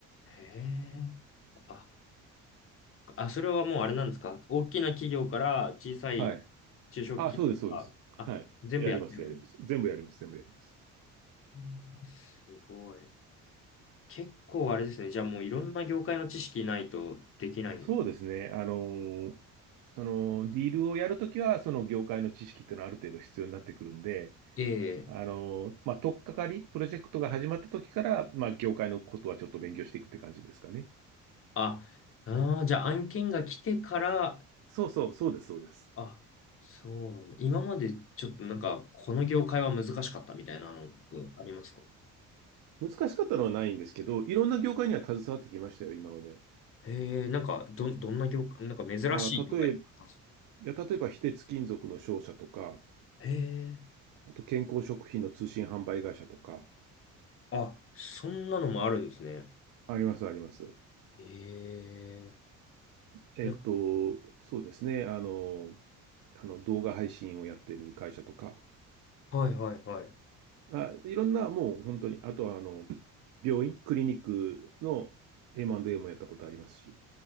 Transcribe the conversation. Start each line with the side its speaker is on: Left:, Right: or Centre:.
Left: へえ。あ、あ、それはもうあれなんですか大きな企業から小さい中小企業が、
Right: はい。ああ、そうです、そうです。はい。
Left: あ、全部やってる。
Right: やります、やります。全部やります、全部やります。
Left: うんすごい。結構あれですね。じゃあもういろんな業界の知識ないとできない。
Right: そうですね。あのーそのディールをやるときは、その業界の知識っていうのはある程度必要になってくるんで、
Left: ええ。
Right: あのーまあ、取っかかり、プロジェクトが始まったときから、まあ、業界のことはちょっと勉強していくって感じですかね。
Left: あ、ああ、じゃあ案件が来てから、
Right: そうそう、そうです、そうです。
Left: あ、そうなんだ。今までちょっとなんか、この業界は難しかったみたいなのってありますか
Right: 難しかったのはないんですけど、いろんな業界には携わってきましたよ、今まで。
Left: ええ、なんか、ど、どんな業界、なんか珍しい業界とかあります
Right: あー、例え、いや、例えば、非鉄金属の商社とか、
Left: へえ。
Right: あと健康食品の通信販売会社とか、
Left: あ、そんなのもあるんですね。
Right: あります、あります。
Left: ええ。
Right: えっと、
Left: なんか、
Right: そうですね。あのあの動画配信をやってる会社とか、
Left: はいはいはい。
Right: あ、いろんなもう本当に、あとはあの病院、クリニックの M&A もやったことありますし、